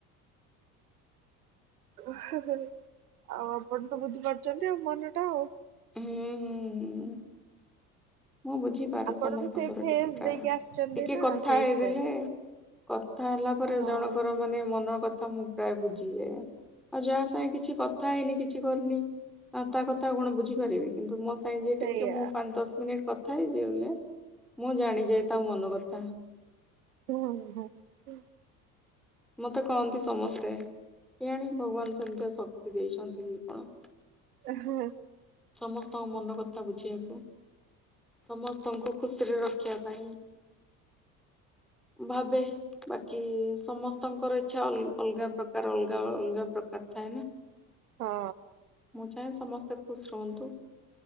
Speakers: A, on the right; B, in the centre.
A: ଓ ଆଉ ଆପଣ ତ ବୁଝିପାରୁଚନ୍ତି ଆଉ ମନ ଟା ଆଉ।
B: ହୁଁ ହୁଁ ଉଁ। ମୁଁ ବୁଝିପାରେ
A: ଆପଣ
B: ସମସ୍ତଙ୍କର
A: ବି ସେଇ ଫେସ୍
B: ଟିକେ ପ୍ରାୟ
A: ଦେଇକି ଆସିଛନ୍ତି
B: ଟିକେ
A: ନା
B: କଥା
A: ସେଇଥିପାଇଁ
B: ହେଇଦେଲେ କଥା ହେଲା ପରେ
A: ହଁ।
B: ଜଣଙ୍କର ମାନେ ମନର କଥା ମୁଁ ପ୍ରାୟ ବୁଝିଯାଏ ଆଉ ଯାହା ସାଙ୍ଗେ କିଛି କଥା ହେଇନି କିଛି କରିନି ହଁ ତା କଥା ଆଉ କଣ ବୁଝିପାରିବି? କିନ୍ତୁ ମୋ ସାଙ୍ଗେ ଯେ
A: ସେଇଆ
B: ଟିକେ ମୁଁ ପାଞ୍ଚ ଦଶ ମିନିଟ୍ କଥା ହେଇ ଜଲେ ବ ମୁଁ ଜାଣି ଯେ ତା ମନ କଥା।
A: ହୁଁ ହ ହୁଁ ହ।
B: ମତେ କହନ୍ତି ସମସ୍ତେ କିଏ ଆଣି ଭଗବାନ ସେମିତିଆ ଶକ୍ତି ଦେଇଛନ୍ତି କି ଆପଣ।
A: ଓ ହଁ
B: ସମସ୍ତଙ୍କ ମନ କଥା ବୁଝିବାକୁ ସମସ୍ତଙ୍କୁ ଖୁସିରେ ରଖିବା ପାଇଁ ଭାବେ ବାକି ସମସ୍ତଙ୍କର ଇଚ୍ଛା ଅଲଗା ପ୍ରକାର ଅଲଗା ଅଲଗା ପ୍ରକାର ଥାଏ ନା।
A: ହଁ।
B: ମୁଁ ଚାହେଁ ସମସ୍ତେ ଖୁସ୍ ରୁହନ୍ତୁ